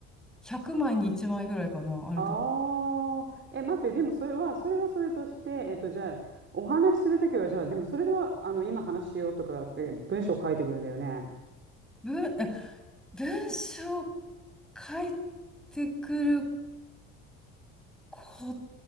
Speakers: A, in the centre; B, on the right.
A: 100枚に1枚ぐらいかな、あると。
B: ああ、え、待って、でもそれは、それはそれとして、えっと、じゃあ、お話しするときは、じゃあ、でもそれでは、あの、今話しようとかって文章書いてくるんだよね。
A: 文、え文章書いてくるこ